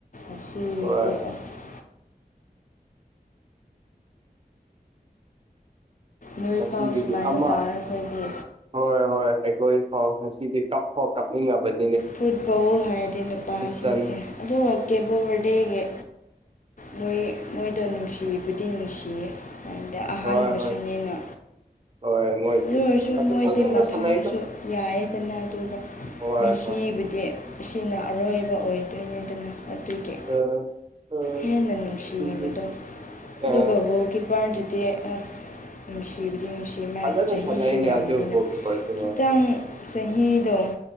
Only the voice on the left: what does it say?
ꯑ ꯁꯤꯗꯤ
ꯑꯁ ꯅꯣꯏ
ꯐꯥꯎ ꯁꯨꯃꯥꯏꯅ
ꯇꯥꯔ ꯑꯩꯈꯣꯏꯒꯤ
ꯐꯨꯠꯕꯣꯜ ꯍꯥꯏꯔꯗꯤ ꯅꯨꯄꯥꯁꯤꯡꯁꯦ
ꯑꯗꯨꯒ ꯗꯦꯞ ꯑꯣꯐ ꯕꯥꯔꯗꯦꯒꯤ ꯃꯣꯏ ꯃꯣꯏꯗ ꯅꯨꯡꯁꯤꯕꯨꯗꯤ ꯅꯨꯡꯁꯤꯌꯦ ꯑꯗ ꯑꯍꯥꯟꯕꯁꯨꯅꯦꯅ
ꯑꯗꯨ ꯑꯣꯏꯔꯁꯨ
ꯃꯣꯏꯗꯤ
ꯃꯊꯥꯡꯁꯨ
ꯌꯥꯏꯑꯗꯅ ꯑꯗꯨꯒ
ꯁꯤꯕꯨꯗꯤ ꯁꯤꯅ ꯑꯔꯣꯏꯕ ꯑꯣꯏꯗꯣꯏꯅꯤꯗꯅ ꯑꯗꯨꯒꯤ
ꯍꯦꯟꯅ ꯅꯨꯡꯁꯤꯕꯗꯣ
ꯑꯗꯨꯒ
ꯒꯣꯜꯒꯤ ꯄꯥꯔ ꯖꯦ ꯑꯦꯁ ꯁꯤ ꯁꯤꯃ
ꯆꯍꯤꯁꯨ
ꯌꯥꯝꯕꯅꯤꯅ
ꯈꯤꯇꯪ
ꯆꯍꯤꯗꯣ